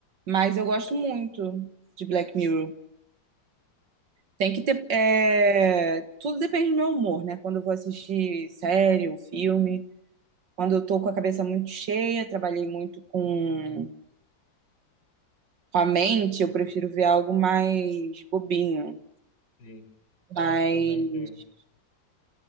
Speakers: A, on the right; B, on the left.
A: mas eu gosto muito de Black Mirror. Tem que ter. é, Tudo depende do meu humor, né? Quando eu vou assistir série ou filme, quando eu tô com a cabeça muito cheia, trabalhei muito com, com a mente, eu prefiro ver algo mais bobinho.
B: Sim, É,
A: Mas
B: também tem.